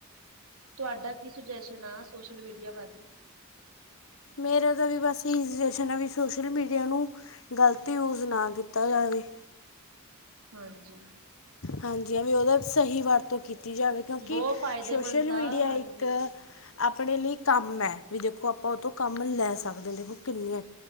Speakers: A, on the right (about 75°); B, on the left (about 65°).
A: ਤੁਹਾਡਾ ਕੀ ਸੁਜੈਸ਼ਨ ਆ ਸੋਸ਼ਲ ਮੀਡੀਆ ਬਾਰੇ?
B: ਮੇਰਾ ਦਾ ਵੀ ਬਸ ਇਹੀੈ ਸੁਜੇਸ਼ਨ ਆ ਵੀ ਸੋਸ਼ਲ ਮੀਡੀਆ ਨੂੰ ਗ਼ਲਤ ਯੂਜ ਨਾ ਕੀਤਾ ਜਾਵੇ। ਹ <unintelligible>
A: ਹਾਂਜੀ।
B: ਹਾਂਜੀ, ਏਵੀ ਉਹਦਾ ਸਹੀ ਵਰਤੋਂ ਕੀ ਤੀਜਾ਼ ਵੇਖੋ ਕਿਉਂਕਿ
A: ਬਹੁਤ ਫਾਇਦੇਮੰਦ
B: ਸੋਸ਼ਲ
A: ਤਾਂ
B: ਮੀਡੀਆ
A: ਹਾਂਜੀ
B: ਇੱਕ ਆਪਣੇ ਲਈ ਕੰਮ ਹੈ ਵੀ ਦੇਖੋ ਆਪਾਂ ਉਹ ਤੋਂ ਕੰਮ ਲੈ ਸਕਦੇ ਹਾਂ ਦੇਖੋ ਕਿੰਨੇ